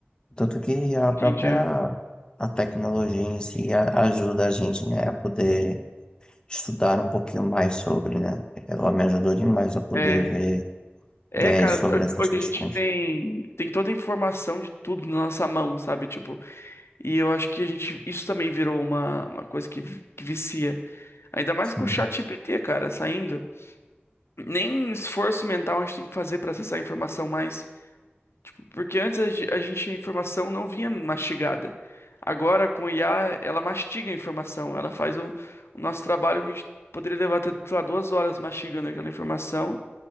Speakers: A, on the left (about 20°); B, on the left (about 75°).
A: Tanto que a
B: Entendi.
A: própria a tecnologia em si a- ajuda a gente, né, a poder estudar um pouquinho mais sobre, né? Ela me ajudou demais a poder
B: É.
A: ver,
B: É,
A: ver
B: cara,
A: sobre
B: t- hoje
A: essas questões.
B: a gente tem, tem toda a informação de tudo na nossa mão, sabe? Tipo, e eu acho que a gente, isso também virou uma, uma coisa que, vi- que vicia. Ainda mais
A: Sim,
B: com o chat GPT, cara, saindo. Nem esforço mental a gente tem que fazer pra acessar a informação mais. Tipo, porque antes a, ge- a gente, a informação não vinha mastigada. Agora, com o IA, ela mastiga a informação. Ela faz o, o nosso trabalho que a gente poderia levar até, sei lá, duas horas mastigando aquela informação